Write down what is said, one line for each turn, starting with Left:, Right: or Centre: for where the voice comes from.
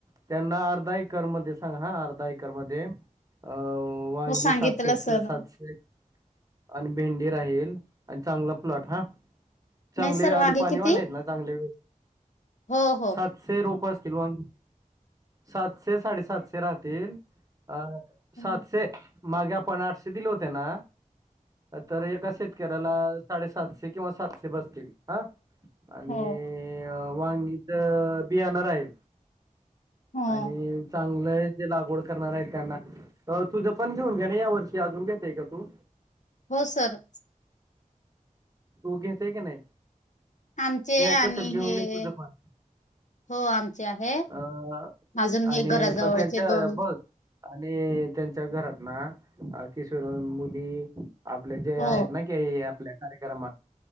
Right: त्यांना अर्धा एकर मध्ये सांगा हा अर्धा एकर मध्ये अ हो वांगी
Left: सांगितलं
Right: सातशे
Left: सर
Right: सातशे आणि भेंडी राहील आणि चांगला प्लॉट हा चांगले
Left: नाही सर
Right: आणि
Left: वांगे
Right: पाणीवाले
Left: किती
Right: आहेत ना चांगले
Left: हो हो
Right: सातशे रूपये किलवा सातशे साडेसातशे राहतील अ
Left: हो
Right: सातशे मागे आपण आठशे दिले होते ना तर एका शेत कराला साडे सातशे किंवा सातशे बसतील ह आणि
Left: हो
Right: वांगीच बि येणार आहे
Left: हो
Right: आणि चांगलं जे लागवड करणार आहे त्यांना अ तुझं पण घेऊन घे ना या वर्षी अजून घेतताय का तू
Left: हो सर
Right: तू घेते की नाही
Left: आमचे
Right: घ्यायचं
Left: आणि
Right: असल घेऊन
Left: हे
Right: घे तुझपान
Left: हो आमचे आहे
Right: अं
Left: अजून हे
Right: आणि
Left: घराजवळचे
Right: प त्यांच्या
Left: दोन
Right: बघ आणि त्यांच्या घरात ना किशोर मुली आपले जे
Left: हो
Right: आहेत ना क आपल्या कार्यक्रमात